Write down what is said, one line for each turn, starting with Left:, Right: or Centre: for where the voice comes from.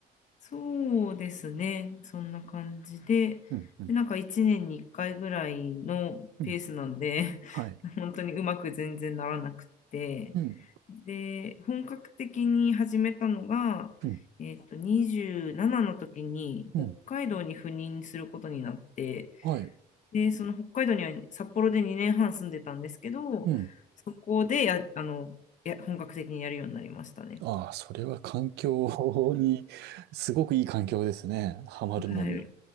Left: そうですね。そんな感じで、
Right: うんうん
Left: で、なんか1年に1回ぐらいのペースなんで、
Right: うん。はい。
Left: <laughs> 本当にうまく全然ならなくて、
Right: うん。
Left: で、本格的に始めたのが、
Right: うん。
Left: えっと、27の時に北海道に赴任することになって、
Right: うん。はい。
Left: で、その北海道には札幌で2年半住んでたんですけど、
Right: うん。
Left: そこでや、あの、や、本格的にやるようになりましたね。
Right: ああ、それは環境に、すごくいい環境ですね。ハマるのに。
Left: はい。